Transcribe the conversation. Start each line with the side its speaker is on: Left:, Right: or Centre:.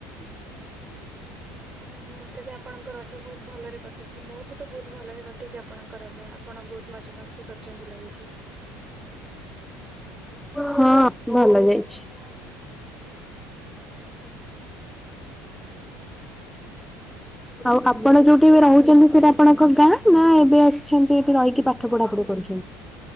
Centre: <inaudible>
Right: ଓହୋ ତେବେ ଆପଣଙ୍କ ରଜ ବହୁତ ଭଲରେ କଟିଛି ମୁଁ ବି ତ ବହୁତ ଭଲରେ କଟିଛି ଆପଣଙ୍କ ରଜ। ଆପଣ ବହୁତ ମଜା ମସ୍ତି କରିଛନ୍ତି ଲାଗୁଛି।
Centre: ହଁ ଭଲ ଯାଇଛି। <inaudible>
Right: ଆଜ୍ଞା। <inaudible>
Centre: ଆଉ ଆପଣ ଯୋଉଠି ବି ରହୁଚନ୍ତି ସେଇଟା ଆପଣଙ୍କ ଗାଁ ନା ଏବେ ଆସିଚନ୍ତି ରହିକି ପାଠ ପଢା ପଢି କରୁଚନ୍ତି?